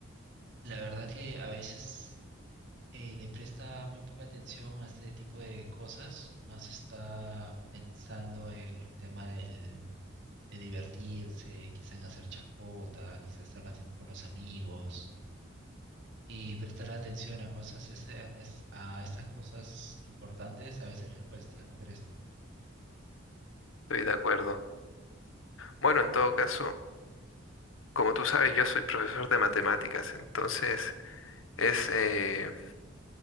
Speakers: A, on the right; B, on the left.
A: la verdad que a veces eh, le presta muy poca atención a este tipo de cosas, más está pensando en el tema del, de divertirse, quizá en hacer chacota, quizá estar más tiempo con los amigos y prestar atención a cosas, este- es- a estas cosas importantes a veces les cuesta, ¿no crees tú?
B: estoy de acuerdo. Bueno, en todo caso, como tú sabes, yo soy profesor de matemáticas, entonces es, eh,